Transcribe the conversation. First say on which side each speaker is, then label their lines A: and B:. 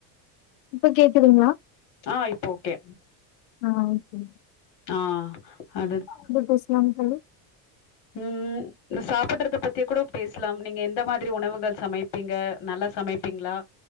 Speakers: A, on the left (about 85°); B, on the left (about 55°).
A: இப்ப கேக்குதுங்ளா
B: ஆ இப்போ ஓகே
A: ஆ தோழி
B: ஆ அதுதா
A: பேசலாம் <inaudible>
B: உம் சாப்பிட்றத பத்தியே கூட பேசலா நீங்க எந்த மாதிரி உணவுகள் சமைப் பீங்க நல்லா சமைப்பீங்ளா